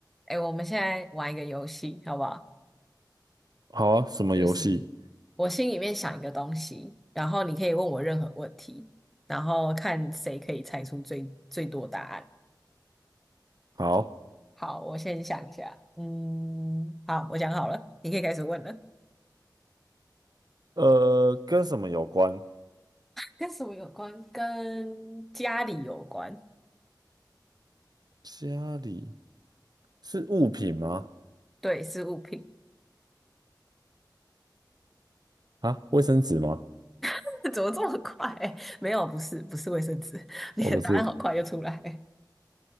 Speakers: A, in the centre; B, on the right.
A: 哎，我们现在玩一个游戏，好不好？
B: 好啊，什么游戏？
A: 就是我心里面想一个东西，然后你可以问我任何问题，然后看谁可以猜出最最多答案。
B: 好，
A: 好，我先想一下。嗯，好，我想好了，你可以开始问了。
B: 呃，跟什么有关？
A: 跟什么有关？跟家里有关。
B: 家里是物品吗？
A: 对，是物品。
B: 啊，卫生纸吗？
A: <laughs> 怎么这么快？没有，不是，不是卫生纸。<laughs> 你的答案好快就出来。
B: 哦，不是，